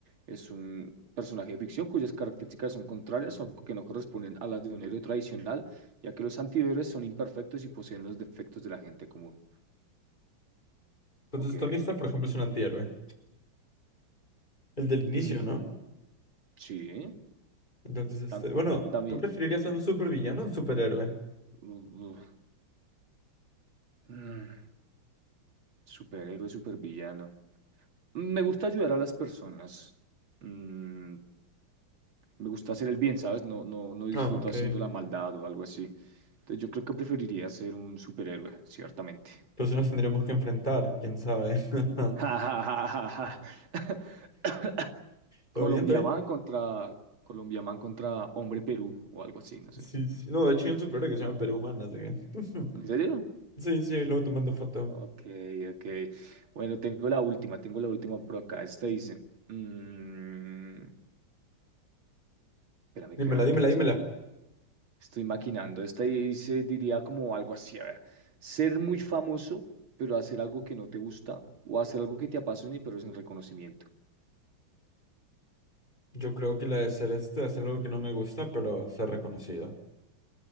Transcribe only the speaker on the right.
es un personaje de ficción cuyas características son contrarias o que no corresponden a las de un héroe tradicional, ya que los antihéroes son imperfectos y poseen los defectos de la gente común.
Ok,
mm,
sí,
tam-
también,
uf, mm, superhéroe, supervillano. Me gusta ayudar a las personas. Mm, Me gusta hacer el bien, ¿sabes? No, no, no disfruto
haciendo la maldad o algo así. Entonces yo creo que preferiría ser un superhéroe, ciertamente. <laughs>
Ja, ja, ja, ja, ja.
Colombiaman
contra Colombiaman contra Hombre Perú o algo así, no sé.
¿En serio?
Ok, ok. Bueno, tengo la última, tengo la última por acá. Esta dice, mm, espérame, espérame
que la
Estoy maquinando. Esta ahí se diría como algo así, a ver, ser muy famoso, pero hacer algo que no te gusta o hacer algo que te apasione, pero sin reconocimiento.